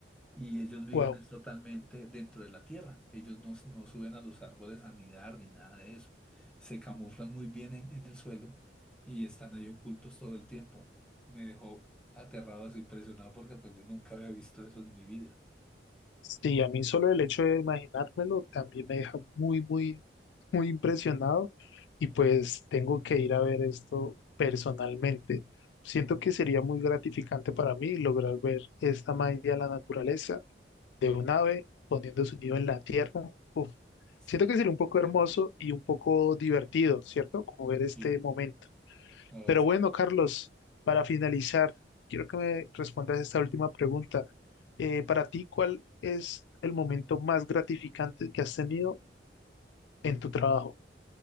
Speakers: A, in the centre; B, on the left.
A: Y ellos viven
B: wow.
A: es totalmente dentro de la tierra. Ellos no, no suben a los árboles a nidar ni nada de eso. Se camuflan muy bien en, en el suelo y están ahí ocultos todo el tiempo. Me dejó aterrado, así impresionado porque pues yo nunca había visto eso en mi vida.
B: Sí, a mí solo el hecho de imaginármelo también me deja muy, muy, muy impresionado y pues tengo que ir a ver esto personalmente. Siento que sería muy gratificante para mí lograr ver esta magia de la naturaleza de un ave poniendo su nido en la tierra. Uf,
A: Sí.
B: siento que sería un poco hermoso
A: Sí,
B: y un poco divertido, ¿cierto? Como ver este
A: sí,
B: momento.
A: sí.
B: Pero bueno, Carlos, para finalizar, quiero que me respondas esta última pregunta. Eh, para ti, ¿cuál es el momento más gratificante que has tenido en tu trabajo?